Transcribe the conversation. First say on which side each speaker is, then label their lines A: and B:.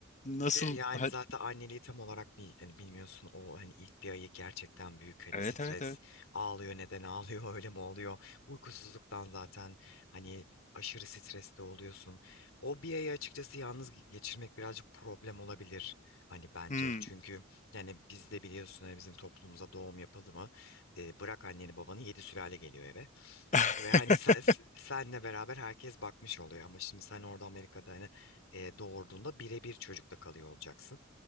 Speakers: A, on the left; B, on the left.
A: nasıl
B: bir de yani
A: ha-
B: zaten anneliği tam olarak bir hani bilmiyorsun o hani ilk bir ayı gerçekten büyük hani
A: evet
B: stres
A: evet evet
B: ağlıyor neden ağlıyor <laughs> öyle mi oluyor uykusuzluktan zaten hani aşırı streste oluyorsun o bir ayı açıkçası yalnız geçirmek birazcık problem olabilir hani bence
A: Hmm.
B: çünkü yani biz de biliyorsun hani bizim toplumumuza doğum yapıldı mı e, bırak anneni babanı yedi sülale geliyor eve
A: <laughs>
B: Ve hani sen, senle beraber herkes bakmış oluyor ama şimdi sen orada Amerika'da hani e, doğurduğunda birebir çocukla kalıyor olacaksın.